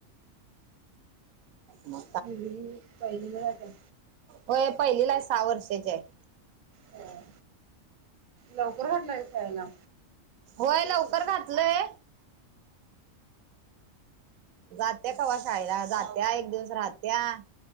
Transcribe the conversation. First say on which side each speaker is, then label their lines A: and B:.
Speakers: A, on the right (about 85°); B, on the right (about 45°).
A: मग
B: <unintelligible> पहिली ला जाताय
A: व्हय पाहिलीला हाय सहा वर्षाची हाय.
B: ह लवकर घातलाय शाळेला.
A: व्हय य लवकर घातलंय. जात्या कवा शाळेला जात्या एक दिवस राहत्या.